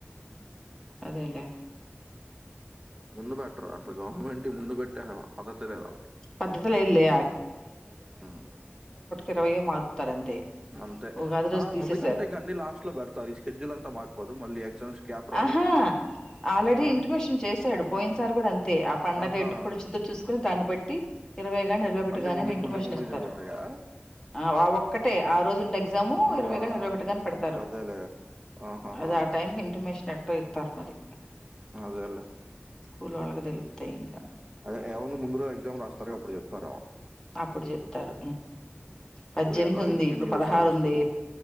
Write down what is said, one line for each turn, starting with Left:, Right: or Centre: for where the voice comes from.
Left: అదేలే
Right: ముందు పెట్టరు అసలు గవర్నమెంట్ ముందు పెట్టే అసలు పద్ధతే లేదు వాళ్ళకి
Left: పద్ధతి లేదులే
Right: ఉమ్
Left: ఇరవైయే మారుత్తరాని
Right: అంతే
Left: ఉగాది రోజు
Right: ఆ
Left: తీసేసారు
Right: ముందుకంటే ఇంక అన్ని లాస్ట్ లో పెడతారు ఈ స్కెడ్యూల్ అంతా మారిపోదు మళ్ళీ ఎగ్జామ్స్ గ్యాప్ రాదు
Left: ఆహా ఆల్రెడీ
Right: ఆ
Left: ఇంటిమేషన్ చేశాడు పోయిన సార్ కూడా అంతే ఆ పండగ
Right: ఆహా
Left: ఇటుప్పుడు వచ్చద్ద చూసుకుని దాన్ని బట్టి ఇరవై గాని ఇరవై ఒకటి
Right: అన్ని
Left: గాని
Right: ముందుకు
Left: అని ఇంటిమేషన్
Right: ముందుకు ముందుకు
Left: ఇస్తారు
Right: జరుగుతాయా
Left: ఆ ఆ ఒక్కటే ఆ రోజూ ఇండెక్స్ ఎగ్జాము
Right: ఆహా
Left: ఇరవై ఇరవై ఒకటి ని పెడతారు
Right: అదేలే ఆహాహా
Left: అది ఆ టైం కి ఇంటిమేష్ చెట్టో ఇత్తారు మరి
Right: అదేలే
Left: స్కూల్ వాళ్ళకి తెలుత్తాయి ఇంగ
Right: అదే ఎవన్నా ముందుర ఎగ్జామ్ రాస్తారో అప్పుడు చెప్తారామో
Left: అప్పుడు జెప్తారు పజ్జెనిమిది
Right: లేదా
Left: ఉంది
Right: ఇంకే
Left: ఇప్పుడు
Right: న్యూస్
Left: పదహారు
Right: లో వస్తది
Left: ఉంది